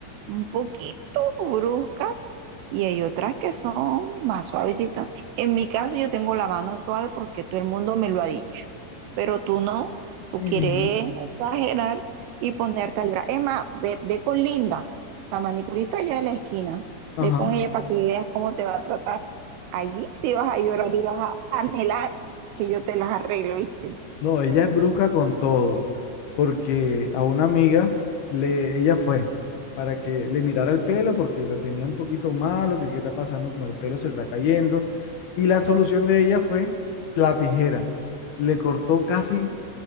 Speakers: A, on the right; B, on the left.
A: un poquito bruscas y hay otras que son más suavecitas. En mi caso yo tengo la mano suave porque todo el mundo me lo ha dicho, pero tú no, tú
B: Ujú,
A: quieres exagerar y ponerte a llorar. Es más, ve, ve con Linda, la manicurista allá de la esquina,
B: Ajá.
A: ve con ella para que veas cómo te va a tratar. Allí sí vas a llorar y vas a anhelar que yo te las arreglo, ¿viste?
B: No, ella es brusca con todo, porque a una amiga le, ella fue para que le mirara el pelo porque lo tenía un poquito malo, que qué está pasando con el pelo, se está cayendo. Y la solución de ella fue la tijera. Le cortó casi